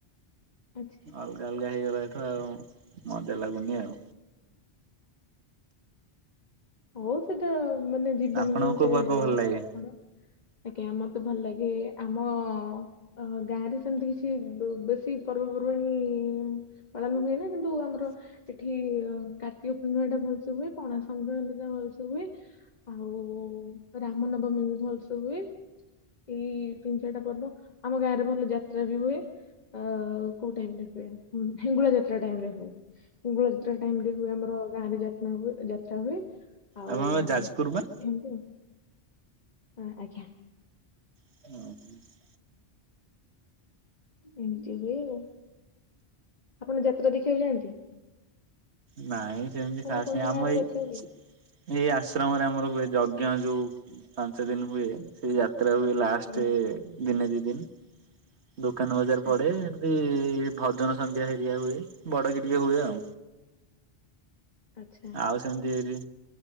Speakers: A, on the left; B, on the right.
A: ଆଚ୍ଛା
B: ଅଲଗା ଅଲଗା ହେଇଗଲାଠୁ ଆଉ ମଜା ଲାଗୁନି ଆଉ।
A: ହଉ ସେଟା ମାନେ ଜୀବନର
B: ଆପଣଙ୍କୁ
A: ଗୋଟେ
B: କୋଉ ପର୍ବ ଭଲ
A: କଣ?
B: ଲାଗେ?
A: ଆଜ୍ଞା ମତେ ଭଲ ଲାଗେ ଆମ ଅହ ଗାଁ ରେ ସେମିତି କିଛି ବେ ବେଶୀ ପର୍ବପର୍ବାଣୀ ଇ ପାଳନ ହୁଏ ନା କିନ୍ତୁ ଆମର ଏଠି କାର୍ତ୍ତିକ ପୂର୍ଣ୍ଣିମା ଟା ଭଲ ହୁଏ, ପଣା ସଂକ୍ରାନ୍ତି ଟା ଭଲ୍ ସେ ହୁଏ, ଆଉ ଉ ରାମ ନବମୀ ବି ଭଲସେ ହୁଏ ଏଇ ତିନି ଚାରିଟା ପର୍ବ ଆମ ଗାଁ ରେ ଭଲ ଯାତ୍ରା ବି ହୁଏ। ଅ କୋଉ ଟାଇମରେ ହୁଏ? ହେଙ୍ଗୁଳା ଯାତ୍ରା ଟାଇମରେ ହୁଏ। ହେଙ୍ଗୁଳା ଯାତ୍ରା ଟାଇମ୍ ରେ ହୁଏ ଆମର ଗାଁ ରେ ଯାତ୍ରା ହୁ ଯାତ୍ରା ହୁଏ। ଆଉ
B: ଆପଣଙ୍କର ଯାଜପୁର ବା।
A: ଏମିତି ଆଉ। ହଁ ଆଜ୍ଞା।
B: <inaudible>
A: ଏମିତି ହୁଏ ଆଉ। ଆପଣ ଯାତ୍ରା ଦେଖିବାକୁ ଯାଆନ୍ତି?
B: ନାଇଁ ସେମିତି
A: ମାନେ
B: ଖାସ୍
A: ଆପଣଙ୍କ
B: ନାଇ। ଆମ
A: ଗାଁରେ
B: ଏଇ
A: ଯାତ୍ରା ହୁଏ
B: ଏଇ ଆଶ୍ରମରେ ଆମର ହୁଏ ଯଜ୍ଞ ଯୋଉ ପାଞ୍ଚ ଦିନ ହୁଏ ସେଇ ଯାତ୍ରା ହୁଏ। ଲାଷ୍ଟରେ
A: ଆଜ୍ଞା
B: ଦିନେ ଦି ଦିନ। ଦୋକାନ ବଜାର
A: ଆଚ୍ଛା
B: ପଡ଼େ ଏମିତି ଭଜନ ସଂନ୍ଧ୍ୟା ହେରିଆ ହୁଏ ବଡ଼ କି ଟିକେ ହୁଏ ଆଉ।
A: ଆଚ୍ଛା
B: ଆଉ ସେମିତି ହେରି